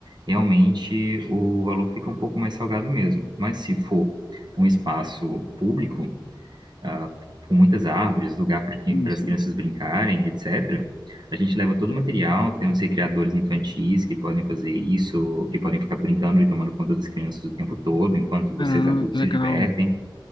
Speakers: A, on the right (about 55°); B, on the left (about 65°).
A: realmente o valor fica um pouco mais salgado mesmo. Mas se for um espaço público, ah, com muitas árvores, lugar para
B: isso,
A: as crianças
B: isso.
A: brincarem, etc., a gente leva todo o material, tem os recreadores infantis que podem fazer isso, que podem ficar brincando e tomando conta das crianças o tempo todo, enquanto vocês
B: Caramba,
A: adultos
B: que legal.
A: se divertem.